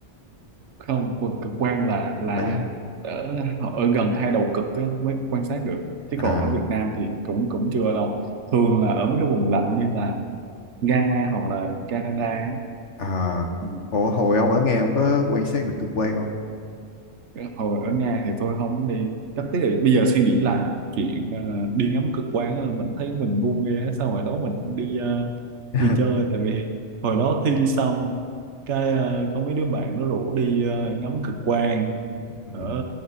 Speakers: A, on the right; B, on the left.
A: không quần cực quang là là
B: phải
A: ở ở gần hai đầu cực á, mới quan sát được chứ
B: à
A: còn ở Việt Nam thì cũng cũng chưa đâu thường là ở mấy cái vùng lạnh như là Nga hoặc là Canada á.
B: à
A: ừ.
B: Ủa, hồi ông ở Nga ông có quan sát được cực quan không
A: hồi ở Nga thì tôi không đi chắc tiếc là bây giờ suy nghĩ lại chuyện ờ, đi ngắm cực quang á, mình thấy mình ngu ghê á. sao hồi đó mình đi ờ,
B: <laughs>
A: đi chơi tại vì hồi đó thi xong cái ờ, có mấy đứa bạn nó rủ đi ờ, ngắm cực quang
B: Ừ,
A: ở